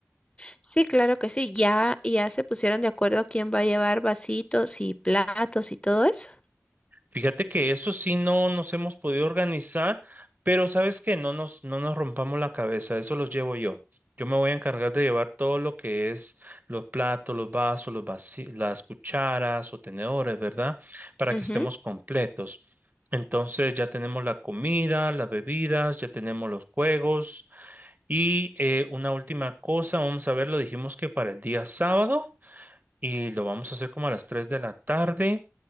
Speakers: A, on the left; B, on the right.
A: Sí, claro que sí. Ya, ya se pusieron de acuerdo quién va a llevar vasitos y platos y todo eso.
B: Fíjate que eso sí no nos hemos podido organizar, pero sabes que no nos, no nos rompamos la cabeza, eso los llevo yo. Yo me voy a encargar de llevar todo lo que es los platos, los vasos, los vaci- las cucharas o tenedores, ¿verdad? Para
A: Ujú.
B: que estemos completos. Entonces ya tenemos la comida, las bebidas, ya tenemos los juegos y eh, una última cosa, vamos a ver, lo dijimos que para el día sábado y lo vamos a hacer como a las 3 de la tarde.